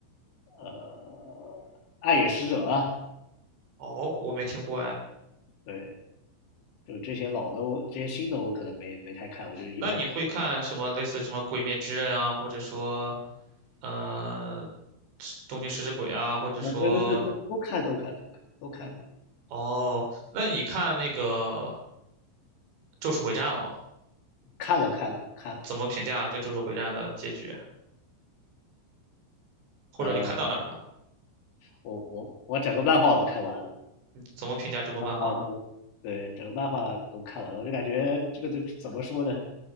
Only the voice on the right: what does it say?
哦，我没听过哎。
那你会看什么类似什么《鬼灭之刃》啊，或者说呃《东京食尸鬼》啊，或者说
哦，那你看那个《咒术回战》了吗？
怎么评价这《咒术回战》的结局？或者你看到哪儿了？
怎么评价这部漫画呢？